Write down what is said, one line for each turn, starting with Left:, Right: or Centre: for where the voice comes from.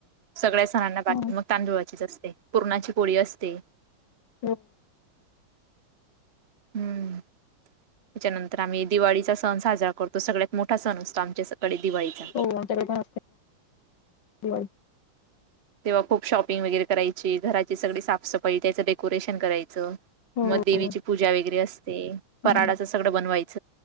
Right: सगळ्या सणांना बाकी
Left: हा
Right: मग- तांदुळाचीच असते. पुरणाची पोळी असते.
Left: हो.
Right: हम्. त्याच्यानंतर आम्ही दिवाळीचा सण साजरा करतो. सगळ्यात मोठा सण असतो आमच्या सकडे दिवाळीचा.
Left: हो <unintelligible> दिवाळी.
Right: तेव्हा खूप शॉपिंग वगेरे करायची. घराची सगळी साफ सफाई. त्याचं डेकोरेशन करायचं.
Left: हो
Right: मग
Left: हो
Right: देवीची पूजा वगैरे असते.
Left: हम्म.
Right: फराळ अस - सगड बनवायच.